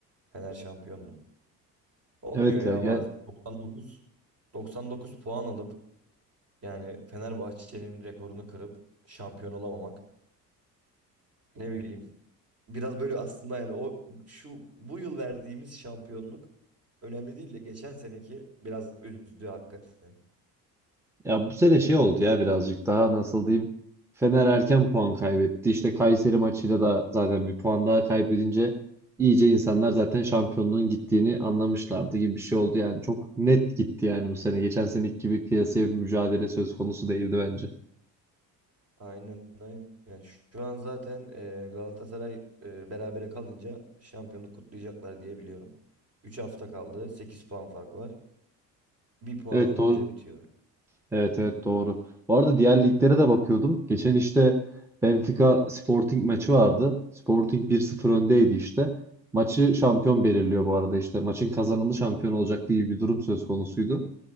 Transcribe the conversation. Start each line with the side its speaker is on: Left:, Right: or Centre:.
Right: Fener şampiyondu. Olmuyor
Centre: Evet
Right: ya
Centre: ya, ya
Right: bazen. 99 99 puan alıp yani Fenerbahçe'nin rekorunu kırıp şampiyon olamamak. Ne bileyim. Biraz böyle aslında yani o şu bu yıl verdiğimiz şampiyonluk önemli değil de geçen seneki biraz üzdü hakikaten.
Centre: Ya bu sene şey oldu ya birazcık daha nasıl diyeyim. Fener erken puan kaybetti. İşte Kayseri maçıyla da zaten bir puan daha kaybedince iyice insanlar zaten şampiyonluğun gittiğini anlamışlardı gibi bir şey oldu. Yani çok net gitti yani bu sene. Geçen seneki gibi kıyasıya bir mücadele söz konusu değildi bence.
Right: Aynen aynen. Şu an zaten e, Galatasaray e, berabere kalınca şampiyonluk kutlayacaklar diye biliyorum. 3 hafta kaldı. sekiz puan fark var. Bir puan
Centre: Evet
Right: alınca
Centre: doğru,
Right: bitiyor.
Centre: Evet evet doğru. Bu arada diğer liglere de bakıyordum. Geçen işte Benfica Sporting maçı vardı. Sporting bir sıfır öndeydi işte. Maçı şampiyon belirliyor bu arada işte. Maçın kazananı şampiyon olacak diye bir durum söz konusuydu.